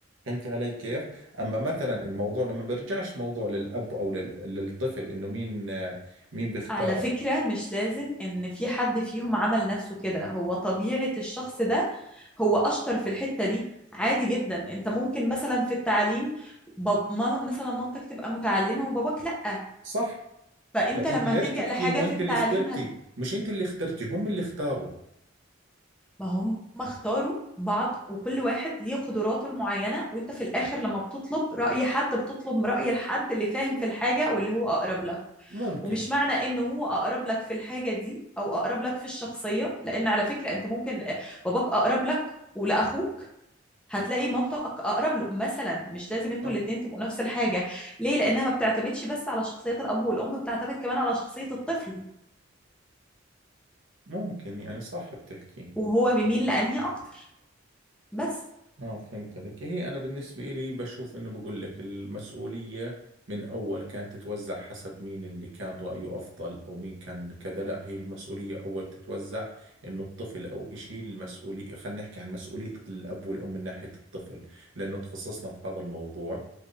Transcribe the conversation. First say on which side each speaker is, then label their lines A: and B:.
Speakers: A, on the right; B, in the centre.
A: فهمت علي كيف؟ اما مثلا الموضوع لما بيرجعش موضوع للاب او لل- للطفل انه مين مين بيختار
B: على فكرة مش لازم إن في حد فيهم عمل نفسه كده هو طبيعة الشخص ده هو أشطر في الحتة دي عادي جدا أنت ممكن مثلا في التعليم باب ما مثلا مامتك تبقى متعلمة وباباك لأ
A: صح
B: فأنت
A: ما
B: لما
A: انت ليش
B: هتلجأ
A: تحكي
B: لحاجة
A: انه
B: في
A: انت
B: التعليم
A: اللي اخترتي
B: هت...
A: مش انت اللي اخترتي هم اللي اختاروا
B: ما هم اختاروا بعض وكل واحد ليه قدراته المعينة وأنت في الآخر لما بتطلب رأي حد بتطلب رأي الحد اللي فاهم في الحاجة واللي هو أقرب لك
A: ممكن
B: ومش معنى انه هو اقرب لك في الحاجه دي او اقرب لك في الشخصيه لان على فكره انت ممكن آه، باباك اقرب لك ولاخوك هتلاقي مامتك اقرب له مثلا مش لازم انتوا
A: صح
B: الاثنين تبقوا نفس الحاجه ليه لانها ما بتعتمدش بس على شخصيه الاب والام بتعتمد كمان على شخصيه الطفل
A: ممكن يعني صح بتحكي
B: وهو بيميل لانهي اكتر بس
A: اه فهمت عليك هي انا بالنسبة لي بشوف انه بقول لك المسؤولية من اول كانت تتوزع حسب مين اللي كان رأيه افضل او مين كان كذا لا هي المسؤولية اول تتوزع انه الطفل او اشي المسؤولية خلينا نحكي عن مسؤولية الاب والام من ناحية الطفل لانه تخصصنا في هذا الموضوع